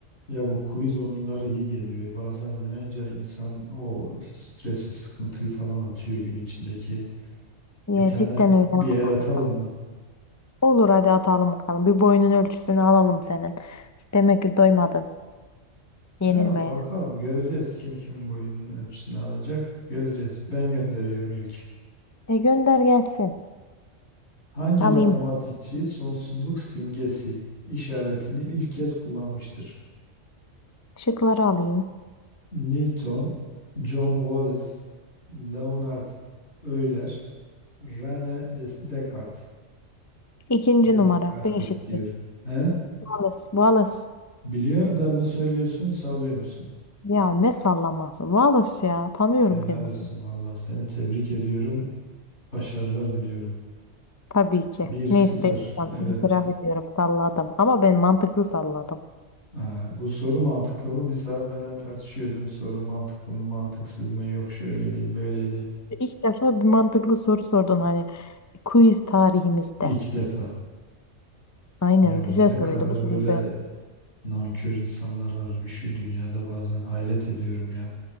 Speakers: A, on the left (about 60°); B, on the left (about 25°).
A: Ya bu quiz oyunları iyi geliyor. E, Bazen oynayınca insan o stresi, sıkıntıyı falan atıyor gün içindeki.
B: Ya
A: Bir tane
B: cidden öyle
A: bir
B: ama
A: el atalım
B: arada.
A: mı?
B: Olur hadi atalım bakalım. Bir boyunun ölçüsünü alalım senin. Demek ki doymadın yenilmeye.
A: Ya bakalım göreceğiz kim kimin boyunun ölçüsünü alacak. Göreceğiz. Ben gönderiyorum ilk.
B: E gönder gelsin.
A: Hangi
B: Alayım.
A: matematikçi sonsuzluk simgesi işaretini ilk kez kullanmıştır?
B: Şıkları alayım.
A: Newton, John Wallace, Leonard Euler, René Des- Descartes.
B: İkinci
A: Descartes
B: numara. B şıkkı.
A: diyorum. He?
B: Wallace. Wallace.
A: Biliyor da mı söylüyorsun, sallıyor musun?
B: Ya ne sallaması. Wallace ya. Tanıyorum
A: Helal
B: kendisini.
A: olsun valla. Seni tebrik ediyorum. Başarılar diliyorum.
B: Tabii ki.
A: Bir sıfır.
B: Neyse değil.
A: Evet.
B: İtiraf ediyorum. Salladım. Ama ben mantıklı salladım.
A: Aa, bu soru mantıklı mı? Bir saat benimle tartışıyordun. Soru mantıklı mı, mantıksız mı? Yok şöyleydi, böyleydi.
B: İlk defa bir mantıklı soru sordun hani quiz tarihimizde.
A: İlk defa.
B: Aynen
A: Ya
B: güzel
A: ne
B: soruydu.
A: kadar
B: Bu soruyu
A: böyle nankör insanlar var ya şu dünyada bazen hayret ediyorum ya.